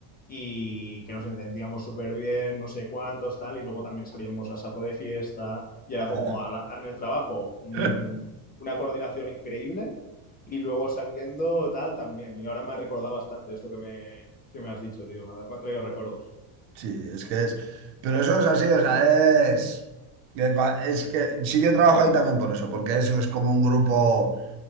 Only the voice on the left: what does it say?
y que nos entendíamos súper bien, no sé cuántos, tal, y luego también salíamos a saco de fiesta y era
como a la- en el trabajo mm,
una coordinación increíble y luego saliendo tal también. Y ahora me ha recordado bastante esto que me, que me has dicho, tío, me ha, me ha traído recuerdos.